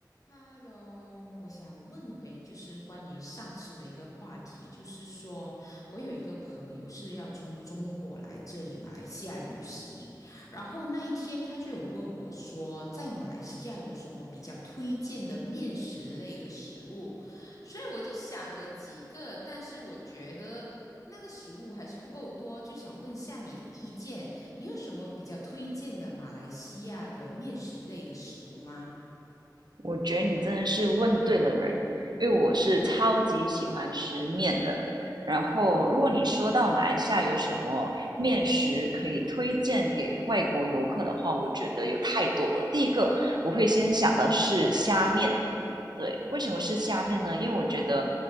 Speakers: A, on the left; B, on the right.
A: Hello，我想问回就是关于上次的一个话题，就是说我有一个朋友是要从中国来这里马来西亚旅行，然后那一天他就有问我说，在马来西亚有什么比较推荐的面食类的食物，所以我就想了几个，但是我觉得那个食物还是不够多，就想问下你的意见，你有什么比较推荐的马来西亚的面食类的食物吗？
B: 我觉得你真的是问对了人，因为我是超级喜欢吃面的。然后，如果你说到马来西亚有什么面食可以推荐给外国游客的话，我觉得有太多了。第一个，我会先想到是虾面，对，为什么是虾面呢？因为我觉得，